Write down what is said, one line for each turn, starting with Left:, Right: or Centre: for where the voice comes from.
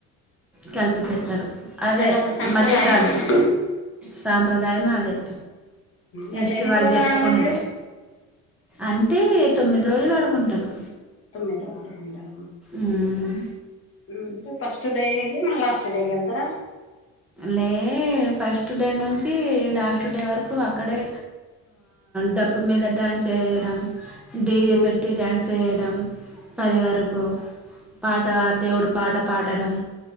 Centre: కలిపి పెడతారు అదే
Left: అదొక సంప్రదాయం
Centre: మట్టి కాదు
Left: అన్నమాట
Centre: సాం ప్రదాయమా అది
Left: గట్ల
Centre: ఎస్ట్
Left: ఎన్ని
Centre: వాళు
Left: రోజులు
Centre: జరుపుకునేది
Left: ఆడాలి మీరు
Centre: అంటే తొమ్మిది రోజులు ఆడుకుంటారు
Left: తోమ్మిది రో <inaudible> ఆడుకుంటారా
Centre: ఉమ్మ్
Left: <inaudible> ఫస్ట్ డే ఎళ్ళి మళ్ళ లాస్ట్ డేకెళ్తారా
Centre: లే ఫస్ట్ డే నుంచి లాస్ట్ డే వరకు అక్కడే డప్పు మీద డాన్స్ ఎయ్యడం డి జె
Left: ఉహు
Centre: పెట్టి డ్యాన్స్ చేయడం పది వరకు పాట దేవుడు పాట పాడడం